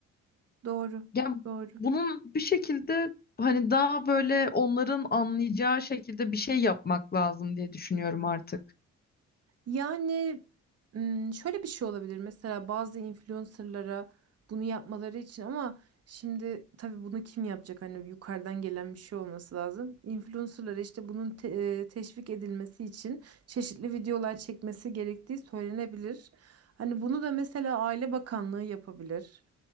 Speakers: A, on the right; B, on the left.
A: Doğru.
B: Ya
A: Doğru.
B: bunun bir şekilde hani daha böyle onların anlayacağı şekilde bir şey yapmak lazım diye düşünüyorum artık.
A: Yani m, şöyle bir şey olabilir mesela bazı influencerlara bunu yapmaları için ama şimdi tabii bunu kim yapacak hani yukarıdan gelen bir şey olması lazım. Influencerlara işte bunun te- e, teşvik edilmesi için çeşitli videolar çekmesi gerektiği söylenebilir. Hani bunu da mesela Aile Bakanlığı yapabilir.